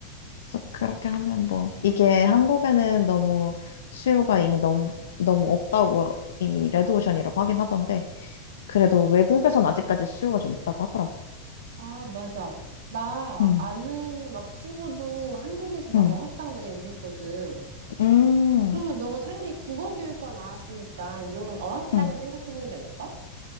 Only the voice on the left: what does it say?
그래서 그렇게 하면 뭐, 이게 한국에는 너무 수요가 이미 너무, 너무 없다고 이미 레드오션이라고 하긴 하던데, 그래도 외국에선 아직까지 수요가 좀 있다고 하더라고.
음,
음,
음,
음.